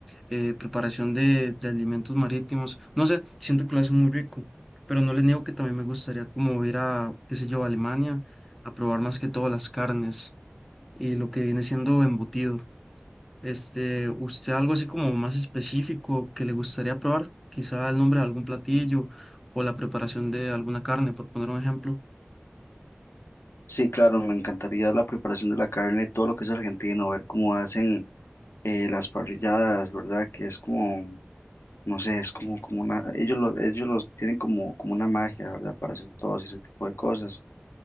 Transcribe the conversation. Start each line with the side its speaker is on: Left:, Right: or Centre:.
Centre: eh, preparación de, de alimentos marítimos. No sé, siento que lo hacen muy rico, pero no les niego que también me gustaría como ir a, qué sé yo, a Alemania a probar más que todo las carnes y lo que viene siendo embutidos. Este, ¿usted algo así como más específico que le gustaría probar? Quizá el nombre de algún platillo o la preparación de alguna carne, por poner un ejemplo.
Left: Sí, claro, me encantaría la preparación de la carne, todo lo que es argentino, ver cómo hacen eh, las parrilladas, ¿verdad? Que es como, no sé, es como, como una, ellos, lo- ellos los tienen como, como una magia, ¿verdad? Para hacer todo ese tipo de cosas.